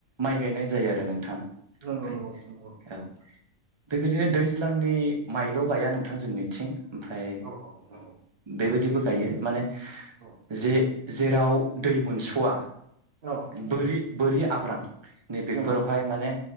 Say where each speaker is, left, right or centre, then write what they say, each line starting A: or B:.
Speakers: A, on the right; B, on the right.
A: माइ गायनाय जायो आरो नोंथां।
B: नोंंगौ
A: ओमफ्राय
B: नंगौ नोंथां नंगौ।
A: औ बेबायदिनो दैज्लांनि माइल' गाया नोंथां जोंनिथिं ओमफाय
B: औ औ नोंथां
A: बेबायदिबो गायो माने
B: औ
A: जे जेराव दै मोनस'वा
B: औ
A: बोरि बोरि आब्रां नैबेफोरावहाय
B: नंगौ नोंथां
A: माने